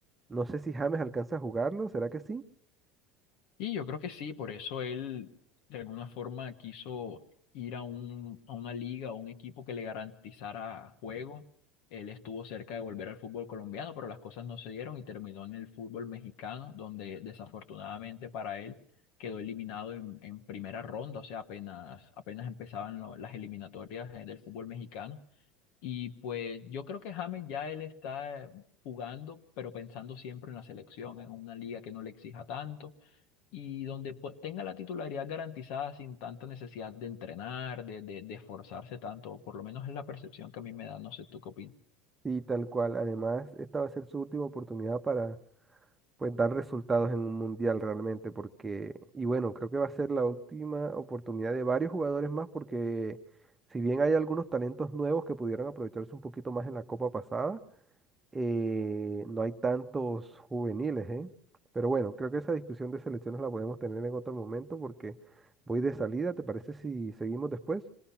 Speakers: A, on the right; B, on the left.
A: no sé si James alcanza a jugarlo, ¿será que sí?
B: Y yo creo que sí, por eso él de alguna forma quiso ir a un, a una liga o un equipo que le garantizara juego. Él estuvo cerca de volver al fútbol colombiano, pero las cosas no se dieron y terminó en el fútbol mexicano, donde desafortunadamente para él quedó eliminado en, en primera ronda, o sea, apenas, apenas empezaban lo- las eliminatorias eh, del fútbol mexicano. Y pues yo creo que James ya él está eh, jugando, pero pensando siempre en la selección, en una liga que no le exija tanto y donde pues, tenga la titularidad garantizada sin tanta necesidad de entrenar, de, de, de esforzarse tanto, por lo menos es la percepción que a mí me da, no sé tú qué opinas.
A: Sí, tal cual. Además, esta va a ser su última oportunidad para pues dar resultados en un mundial realmente, porque, y bueno, creo que va a ser la última oportunidad de varios jugadores más, porque si bien hay algunos talentos nuevos que pudieron aprovecharse un poquito más en la Copa pasada, eh, no hay tantos juveniles, ¿eh? Pero bueno, creo que esa discusión de selecciones la podemos tener en otro momento, porque voy de salida, ¿te parece si seguimos después?